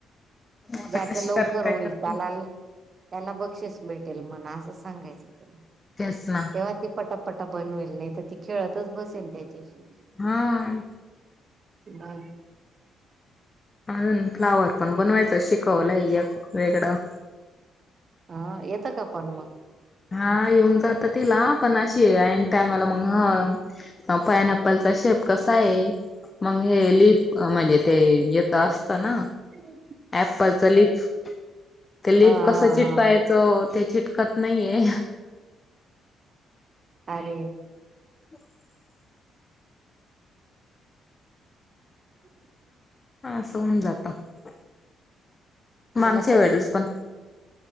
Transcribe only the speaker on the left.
आता
कशी
करते काय
करते.
तेच ना.
हा.
अजून फ्लावर पण बनवायचं शिकवलंय एक वेगळं.
हा येऊन जातात तिला पण अशी टामला मग हां. हा पायनएपलचा शेप कसा आहे? मंग हे लिफ म्हणजे ते येतं असत ना.
ऍपलचं लिप ते लिप
कसं
चिट
कायचे ते चिटकत नाहीये.
<inaudible>
असं होऊन जातं मागच्या
वेळेस पण.